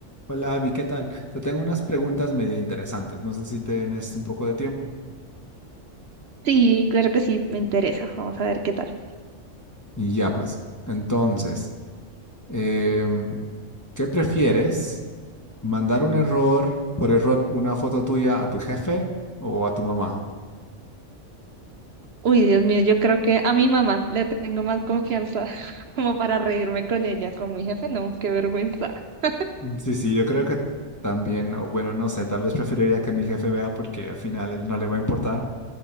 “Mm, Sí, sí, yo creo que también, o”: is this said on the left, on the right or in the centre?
Left